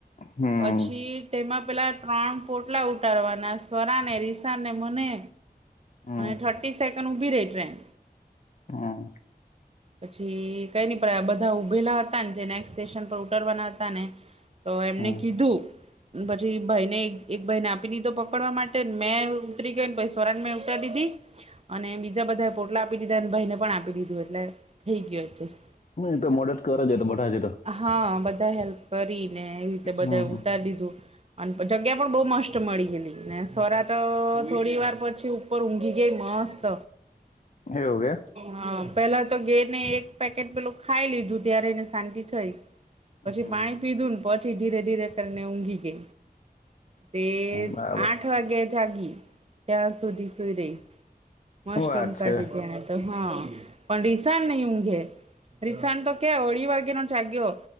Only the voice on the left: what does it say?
હમ
હમ
હા.
હમ
એ તો મોડટ કરે છેટ બેઠા છે તો.
હમ
એવું કે
હમ
બરાબર
શું વાત
છે